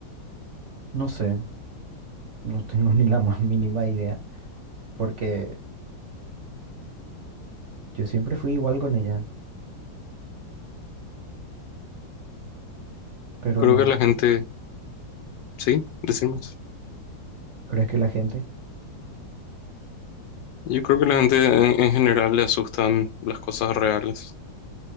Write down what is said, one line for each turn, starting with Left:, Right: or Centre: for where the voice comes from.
Right: No sé, no tengo <laughs> ni la más mínima idea porque yo siempre fui igual con ella, pero
Left: Creo
Right: no,
Left: que la gente, sí, decimos.
Right: ¿crees que la gente?
Left: Yo creo que la gente en en general le asustan las cosas reales.